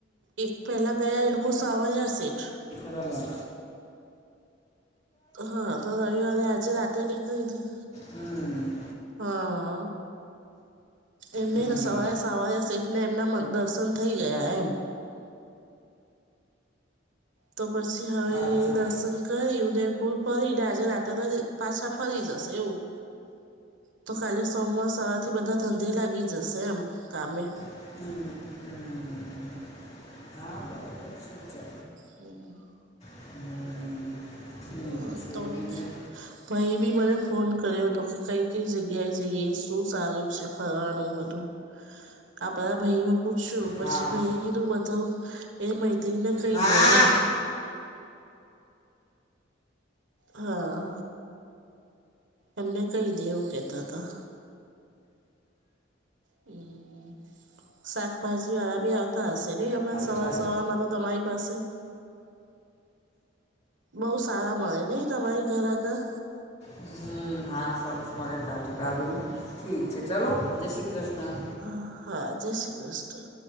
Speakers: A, on the right; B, on the left.
A: એક પહેલાં ગયા એ લોકો સાવાયા સેઠ
B: રલા
A: હા તો રવિવાર અને આજ રાત્રે નીકળી ગયા
B: હમ
A: હા એમને
B: હમ
A: સવારે સવારે સેઠને એમના દર્શન થઈ ગયા એમ તો પછી હવે
B: અચ્છા
A: દર્શન કરીને ઉદયપુર ફરીને આજે રાત્રના પાછા ફરી જશે એવું તો ખાલી સોમવાર સવાર થી બધા ધંધે લાગી જશે એમ કામે
B: હ હ હ હ હા બરાબર છે ચલો
A: હમ
B: <unintelligible> ઠીક
A: હ
B: છે
A: તો
B: બીજું
A: ભાઈ બી મને ફોન કર્યો હતો કે કઈ કઈ જગ્યાએ જઈએ શું સારું છે ફરવાનું બધું આપણા ભાઈઓ પૂછ્યું પછી
B: હા
A: ભાઈ એ કીધું બધું એ મૈત્રીને કહી
B: હા
A: દે એમ હા એમને કઈ દેવું કેહેતા હતા હમ શાકભાજી વાળા બી આવતા હશે નહીં હમણાં
B: અચ્છા
A: સવાર સવારમાં તો તમારી પાસે બહું સારા મળે નહીં તમારી ઘર આગળ?
B: હમ્મ. હા સરસ મળે તાજું-તાજું, ઠીક છે ચલો, જય શ્રી કૃષ્ણ.
A: હા, હા જય શ્રી કૃષ્ણ.